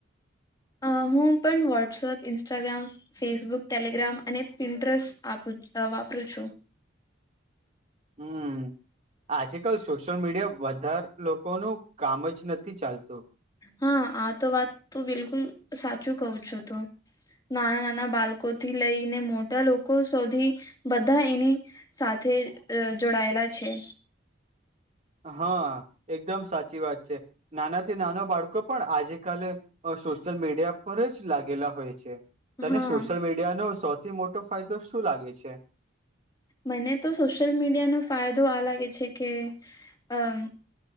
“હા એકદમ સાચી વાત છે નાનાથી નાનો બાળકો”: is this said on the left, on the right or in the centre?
Right